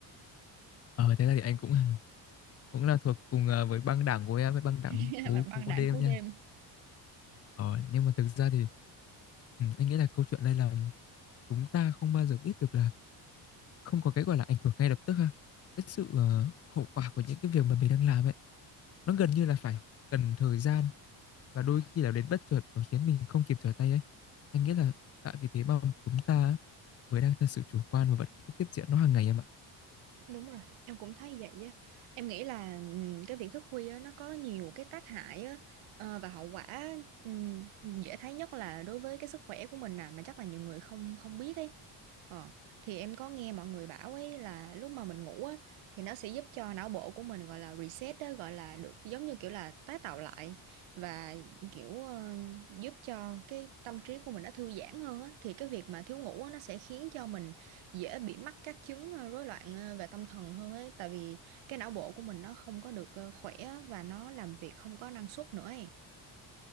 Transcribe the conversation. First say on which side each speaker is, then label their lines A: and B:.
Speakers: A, on the left; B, on the right.
A: Ờ thế là thì anh cũng <laughs> cũng là thuộc cùng ờ, với băng đảng của em với băng đảng
B: <laughs>
A: cú
B: mà băng
A: cú
B: đảng
A: đêm
B: cú
A: nha.
B: đêm
A: Ờ nhưng mà thực ra thì ừ, anh nghĩ là câu chuyện đây là chúng ta không bao giờ biết được là Không có cái, gọi là, ảnh hưởng ngay lập tức ha. Cái sự, ờ, hậu quả của những cái việc mà mình đang làm ấy, nó gần như là phải cần thời gian và đôi khi là đến bất chợt và khiến mình không kịp trở tay ấy. Anh nghĩ là tại vì thế mà chúng ta mới đang thật sự chủ quan và vẫn cứ tiếp diễn nó hàng ngày em ạ.
B: Đúng rồi, em cũng thấy vậy á. Em nghĩ là ừm, cái việc thức khuya á, nó có nhiều cái tác hại á, ờ, và hậu quả ừm, dễ thấy nhất là đối với cái sức khỏe của mình nè, mà chắc là nhiều người không không biết ấy. Ờ, thì em có nghe mọi người bảo ấy là lúc mà mình ngủ á thì nó sẽ giúp cho não bộ của mình gọi là reset á, gọi là được giống như kiểu là tái tạo lại và kiểu ờ, giúp cho cái tâm trí của mình nó thư giãn hơn á. Thì cái việc mà thiếu ngủ á, nó sẽ khiến cho mình dễ bị mắc các chứng ờ, rối loạn ờ, về tâm thần hơn ấy tại vì cái não bộ của mình nó không có được ờ, khỏe á, và nó làm việc không có năng suất nữa ấy.